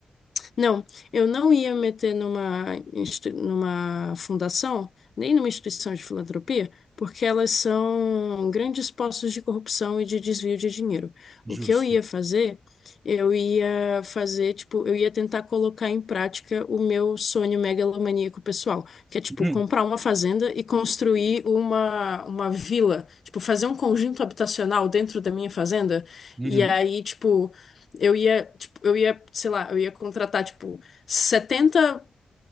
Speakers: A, on the left (about 55°); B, on the right (about 20°).
A: não, eu não ia meter numa, insti- numa fundação, nem numa instituição de filantropia, porque elas são grandes postos de corrupção e de desvio de dinheiro.
B: Justo.
A: O que eu ia fazer, eu ia fazer, tipo, eu ia tentar colocar em prática o meu sonho megalomaníaco pessoal, que é, tipo,
B: Uhum.
A: comprar uma fazenda e construir uma, uma vila, tipo, fazer um conjunto habitacional dentro da minha fazenda,
B: Uhum.
A: e aí, tipo, eu ia, tipo, eu ia, sei lá, eu ia contratar, tipo, 70